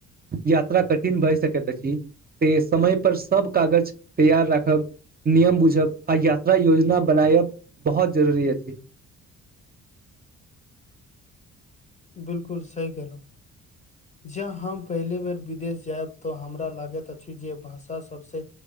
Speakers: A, on the right (about 30°); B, on the left (about 25°).
A: यात्रा कठिन भए सकैत अछि त समय पर सब कागज तैयार राखब नियम बुझब आ यात्रा योजना बनायब बहुत जरूरी अछि <inaudible>
B: बिल्कुल सही कहलहु ज हम पहिले बेर विदेश जायब तऽ हमरा लागैत अछि जे भाषा सभसँ